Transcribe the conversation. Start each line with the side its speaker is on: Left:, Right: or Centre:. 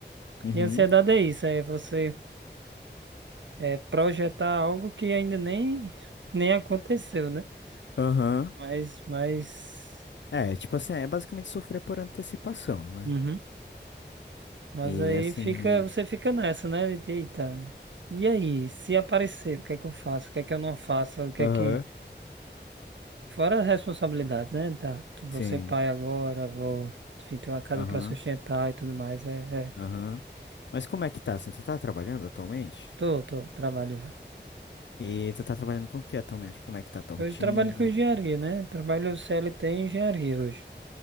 Left: Uhum.
Right: E a ansiedade é isso, é você é, projetar algo que ainda nem, nem aconteceu, né?
Left: Aham.
Right: Mas, mas,
Left: É, tipo assim, é basicamente sofrer por antecipação, né?
Right: uhum. Mas
Left: E
Right: aí
Left: assim.
Right: fica, você fica nessa, né? de, Eita, e aí, se aparecer, o que é que eu faço? O que é que eu não faço? O que
Left: Aham.
Right: é que. Fora as responsabilidades, né? Tá, tu- vou
Left: Sim.
Right: ser pai agora, vou, enfim, ter uma casa
Left: Aham.
Right: pra sustentar e tudo mais. É, é.
Left: Aham. Mas como é que tá, assim? Tu tá trabalhando atualmente?
Right: Tô, tô, trabalho já.
Left: E tu tá trabalhando com o que atualmente? Como é que tá a tua
Right: Hoje
Left: rotina?
Right: eu trabalho com engenharia, né? Trabalho CLT em engenharia hoje.